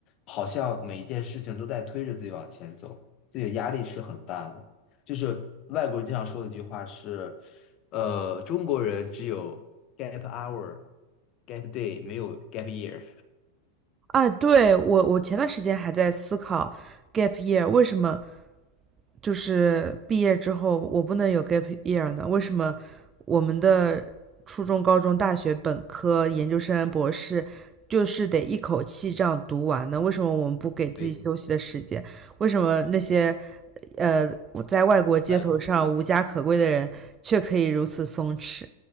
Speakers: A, on the left (about 35°); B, on the right (about 25°).
A: 好像每一件事情都在推着自己往前走，自己的压力是很大的。就是外国人经常说的一句话是，呃，中国人只有 gap hour、gap day，没有 gap year。
B: 啊，对，我我前段时间还在思考 gap year 为什么就是毕业之后我不能有 gap year 呢？为什么我们的初中、高中、大学、本科、研究生、博士就是得一口气这样读完呢？为什么我们不给自己休息的时间？
A: 对，
B: 为什么那些呃在外国街头上无家可归的人却可以如此松弛？
A: 外国人。